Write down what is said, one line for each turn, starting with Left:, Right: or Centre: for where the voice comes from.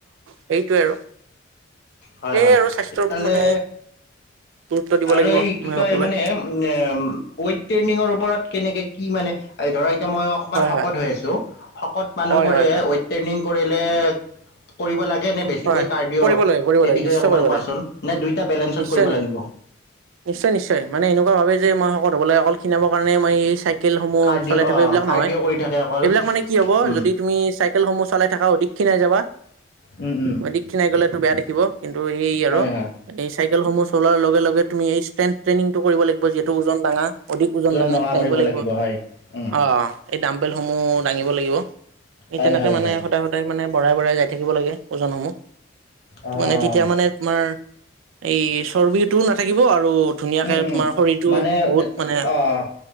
Right: সেইটোৱে আৰু।
Left: হয়
Right: এই
Left: হয়
Right: আৰু স্বাস্থ্যৰ
Left: তেতিয়াহ'লে
Right: ওপৰত মানে গুৰুত্ব দিব
Left: আৰু
Right: লাগিব
Left: এই
Right: আমি
Left: কি কয়
Right: সকলোৱে
Left: মানে <unintelligible> ৱেইট ট্ৰেইনিঙৰ ওপৰত কেনেকে কি মানে, ধৰাই তে মইয়ো কমান
Right: হয়
Left: শকত
Right: হয়
Left: হৈ আছোঁ, শকত মানুহ
Right: হয়
Left: বোৰে
Right: হয় হয়
Left: ৱেইট ট্ৰেইনিং কৰিলে, কৰিব লাগ গেনে বেছিকৈ
Right: হয়
Left: কাৰ্ডিঅ',
Right: কৰিব লাগে কৰিব
Left: এই
Right: লাগে
Left: বিষয়ে
Right: নিশ্চয়
Left: অকমান
Right: কৰিব
Left: কোৱাচোন
Right: লাগে
Left: নে দুইটা বেলেঞ্চত
Right: নিশ্চয়
Left: কৰিব লাগিব।
Right: নিশ্চয় নিশ্চয়, মানে এনেকুৱা ভাবে যে মই শকত হ'ব লাগে অকল খিনাবৰ কাৰণে মই এই চাইক কেলসমূহ
Left: কাৰ্ডিঅ'
Right: চলাই
Left: অ'
Right: থাকো এইবিলাক
Left: কাৰ্ডিঅ'
Right: নহয়,
Left: কৰি থাকে অকল
Right: এইবিলাক মানে কি হ'ব
Left: উম।
Right: যদি তুমি চাইকেলসমূহ চলাই থাকা অধিক খিনাই যাবা।
Left: উম, উম,
Right: অধিক ক্ষিনাই গলেতো বেয়া দেখিব, কিন্তু এই আৰু
Left: হয়, হয়,
Right: এই চাইক কেলসমূহ চলোৱাৰ লগে লগে তুমি এই ষ্ট্ৰেন্থ টেইনিংটো কৰিব লাগব যিহেতু ওজন ডাঙা। অধিক ওজন দাঙা
Left: ডঙা
Right: দাঙিব
Left: কৰিব
Right: লাগিব,
Left: হয়, উম,
Right: অ'। এই ডামবেলসমূহ দাঙিব লাগিব। এই
Left: হয়,
Right: তেনেকে
Left: হয়,
Right: মানে
Left: হয়।
Right: সদায় সদায় মানে বঢ়াই বঢ়াই যাই থাকিব লাগে। ওজনসমূহ, টো
Left: অ'
Right: মানে তেতিয়া মানে তোমাৰ এই চৰ্বিটোও নাথাকিব আৰু ধুনীয়াকে
Left: উম, উম,
Right: তোমাৰ শৰীৰটো
Left: মানে
Right: বহুত মানে,
Left: অ'